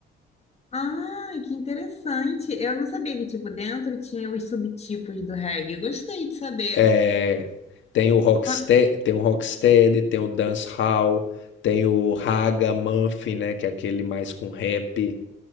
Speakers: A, on the left (about 30°); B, on the left (about 70°).
A: Ah, que interessante. Eu não sabia que, tipo, dentro tinha os subtipos do reggae. Eu Gostei de saber.
B: É, tem o Rocksteady,
A: Ah,
B: tem o Rocksteady, tem o Dancehall, tem o Raga Muffin, né, que é aquele mais com rap